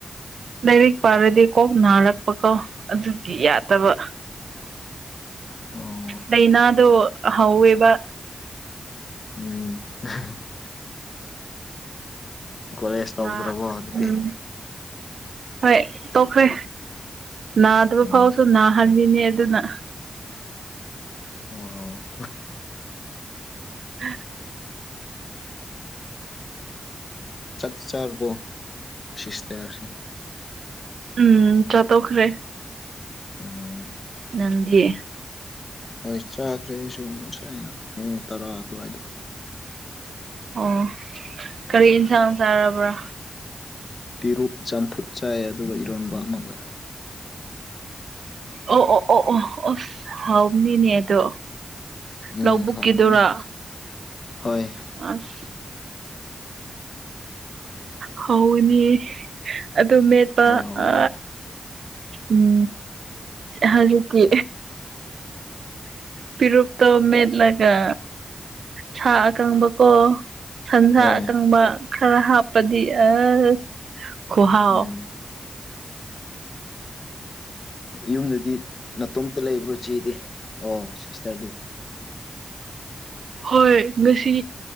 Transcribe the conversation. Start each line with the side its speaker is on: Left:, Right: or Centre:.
Right: ꯂꯥꯏꯔꯤꯛ ꯄꯥꯔꯗꯤ ꯀꯣꯛ ꯅꯥꯔꯛꯄꯀꯣ ꯑꯗꯨꯗꯤ ꯌꯥꯗꯕ
Left: ꯑꯣ
Right: ꯂꯩꯩꯅ ꯑꯗꯨ ꯍꯥꯎꯕ
Left: ꯎꯝ ꯀꯣꯂꯦꯖ ꯇꯧꯗ꯭ꯔꯕꯣ
Right: ꯅꯥ
Left: ꯑꯗꯨꯗꯤ
Right: ꯎꯝ ꯍꯣꯏ ꯇꯣꯛꯈ꯭ꯔꯦ ꯅꯥꯗꯕ
Left: ꯑꯣ
Right: ꯐꯥꯎꯁꯨ ꯅꯥꯍꯜꯂꯤꯅꯦ ꯌꯦ ꯑꯗꯨꯅ
Left: ꯑꯣ
Right: <unintelligible>
Left: ꯆꯥꯛꯗ ꯆꯥꯔꯕꯣ ꯁꯤꯁꯇꯦꯔꯁꯦ
Right: ꯎꯝ ꯆꯠꯠꯇꯣꯛꯈ꯭ꯔꯦ
Left: ꯎꯝ
Right: ꯅꯗꯤ
Left: ꯍꯣꯏ ꯆꯥꯈ꯭ꯔꯦ ꯑꯩ ꯁ ꯁꯥꯏꯅ ꯄꯨꯡ ꯇꯔꯥ ꯑꯗꯨꯋꯥꯏꯗ
Right: ꯑꯣ ꯀꯔꯤ ꯏꯟꯁꯥꯡ ꯆꯥꯔꯕ꯭ꯔꯥ
Left: ꯄꯤꯔꯨꯛ ꯆꯝꯐꯨꯠ ꯆꯥꯏ ꯑꯗꯨꯒ ꯏꯔꯣꯟꯕ ꯑꯃꯒ
Right: ꯑꯣ ꯑꯣ ꯑꯣ ꯑꯣ ꯑꯣꯁ ꯍꯥꯎꯅꯤꯅꯦ ꯑꯗꯣ
Left: ꯎꯝ
Right: ꯂꯧꯕꯕꯨꯛꯀꯤꯗꯨꯔꯥ
Left: ꯍꯥꯎꯕꯅꯦ ꯍꯣꯏ
Right: ꯑꯁ ꯍꯧꯅꯤ ꯑꯗꯨ ꯃꯦꯠꯄ
Left: ꯍꯣꯏ ꯍꯥꯎꯕꯅꯦ
Right: ꯑ ꯎꯝ ꯍꯧꯖꯤꯛꯀꯤ ꯄꯤꯔꯣꯞ ꯇꯣ ꯃꯦꯠꯂꯒ ꯁꯥ ꯑꯀꯪꯕꯀꯣ ꯁꯟꯁꯥ
Left: ꯍꯣꯏ
Right: ꯑꯀꯪꯕ ꯈꯔ ꯍꯥꯞꯄꯗꯤ ꯑꯁ ꯈꯨꯍꯥꯎ
Left: ꯎꯝ ꯌꯨꯝꯗꯗꯤ ꯅꯅꯥꯇꯣꯝꯇ ꯂꯩꯕ꯭ꯔꯣ ꯆꯦꯗꯤ ꯑꯣ ꯁꯤꯁꯇꯔꯗꯤ
Right: ꯍꯣꯏ ꯉꯁꯤ